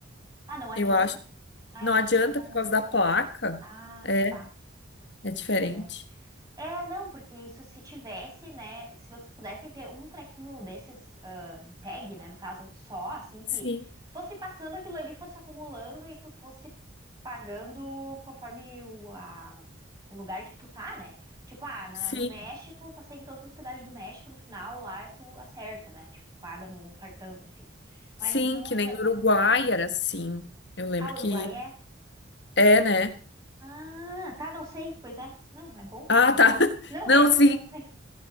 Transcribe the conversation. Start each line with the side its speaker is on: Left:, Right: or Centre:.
Right: Ah, não adianta?
Left: Eu acho.
Right: Ah,
Left: Não
Right: eu acho,
Left: adianta
Right: pois é,
Left: por
Right: não
Left: causa
Right: sei
Left: da
Right: como
Left: placa.
Right: é que foi. Ah,
Left: É,
Right: tá.
Left: é
Right: Hum,
Left: diferente.
Right: Pois é. É, não, porque isso se tivesse, né? Se vocês pudessem ter um trequinho desses, ah, tag, né? No caso, só, assim, que
Left: Sim,
Right: fosse passando aquilo ali, fosse acumulando e tu fosse pagando conforme o, a- o lugar que tu tá, né? Tipo, ah, na-
Left: sim,
Right: no México, passei em todos os pedágios do México, no final lá tu acerta, né? Tipo, paga no cartão, enfim. Mas
Left: sim,
Right: não
Left: que
Right: adianta,
Left: nem no Uruguai
Right: né?
Left: era assim. Eu lembro
Right: Ah, Uruguai
Left: que
Right: é?
Left: é, né?
Right: Ah, tá, não sei. Pois é. Não, é bom
Left: Ah,
Right: saber.
Left: tá. <laughs>
Right: Não
Left: Não,
Right: é, não,
Left: sim.
Right: eu não sei.